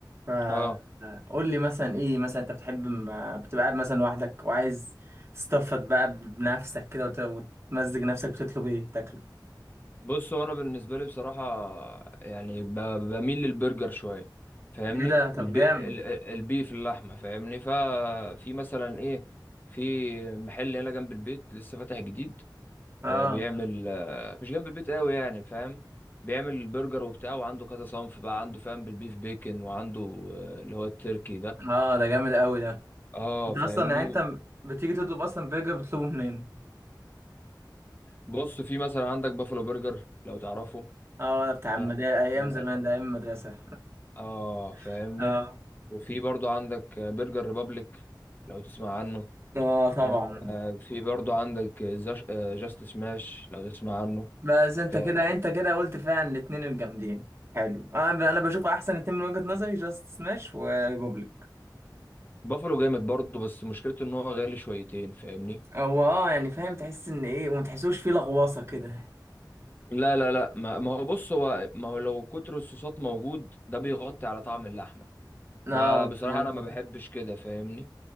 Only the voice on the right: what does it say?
فقول
لي مثلا ايه مثلا انت بتحب م- بتبقى قاعد مثلا لوحدك وعايز تستفد بقى بنفسك كده وت- وتمزج نفسك بتطلب ايه تاكله
ايه ده طب
جامد
اه
اه ده جامد قوي ده
انت
اصلا يعني انت بتيجي تطلب اصلا برجر بتطلبه منين
اه انا بتاع
المدارس ايام
زمان ده ايام المدرسه
<laughs> اه
اه طبعا
بس انت
كده انت كده قلت فعلا الاتنين الجامدين حلو آه، انا ب- انا بشوف احسن اتنين من وجهة نظري جاست سماش وريبوبليك
هو اه يعني فاهم تحس ان ايه وما تحسوش فيه لغواصه كده
اه
دي انت